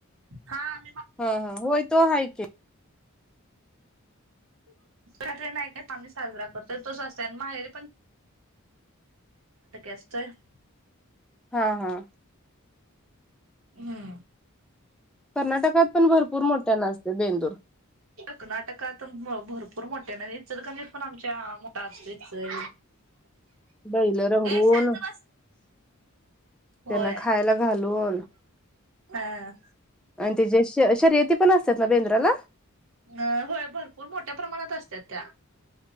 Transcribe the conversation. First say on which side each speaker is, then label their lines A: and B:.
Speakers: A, on the right (about 65°); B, in the centre.
A: हा आम्ही
B: हां हां होय तो आहे की.
A: <unintelligible> नाही का आम्ही साजरा करतोय तोच असतोय आणि माहेरी पण असतोय <unintelligible>
B: हां हां
A: हम्म
B: कर्नाटकात पण भरपूर मोठ्यान असतंय बेंदूर.
A: कर्नाटकात भरपूर मोठ्यान आणि इचलकरंजीत पण आमच्या मोठ असतंय.
B: बैल रंगवून.
A: शांत बस
B: त्यांना
A: होय
B: खायला घालून.
A: हा
B: तेच्या शर्यती पण असतात ना बेंदराला?
A: अ होय भरपूर मोठ्या प्रमाणात असत्या त्या.